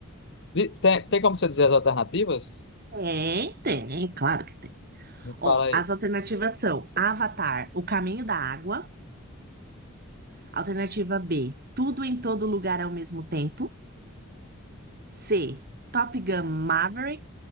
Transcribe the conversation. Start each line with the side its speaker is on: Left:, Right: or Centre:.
Left: Di- Tem, tem como você dizer as alternativas?
Right: Tem, tem, claro que tem.
Left: Me
Right: Ó,
Left: fala aí.
Right: as alternativas são Avatar, O Caminho da Água. Alternativa B, Tudo em Todo Lugar ao Mesmo Tempo. C, Top Gun Maverick